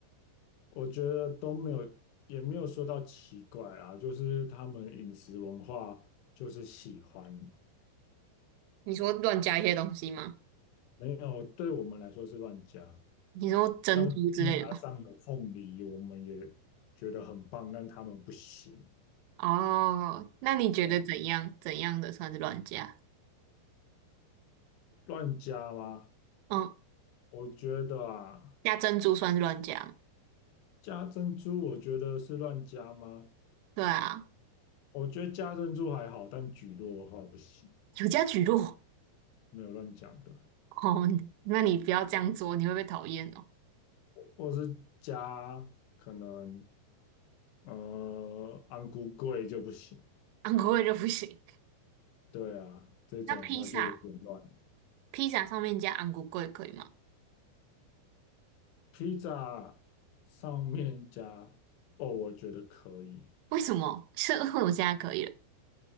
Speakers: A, on the left; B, on the right.
A: 我觉得都没有，也没有说到奇怪啦，就是他们饮食文化就是喜欢，
B: 你说乱加一些东西吗？
A: 没有对我们来说是乱加。
B: 你说珍珠之类的吗？
A: 像披萨上有凤梨，我们也觉得很棒，但他们不行。
B: 哦，那你觉得怎样？
A: 呃，
B: 怎样的算是乱加？
A: 乱加吗？
B: 嗯，
A: 我觉得啊，
B: 加珍珠算是乱加吗？
A: 加珍珠，我觉得是乱加吗？
B: 对啊，
A: 我觉得加珍珠还好，但蒟落的话不行，
B: 有加蒟蒻。
A: 没有乱讲的，
B: 哦，那你不要这样做，你会被讨厌哦。
A: 或是加可能。呃，安菇贵就不行。
B: <laughs> 安国味就不行。
A: 对啊，这种话就有点乱。
B: 那披萨，披萨上面加昂古贵可以吗？
A: 披萨上面加哦，我觉得可以，
B: 为什么？是为我现在可以了。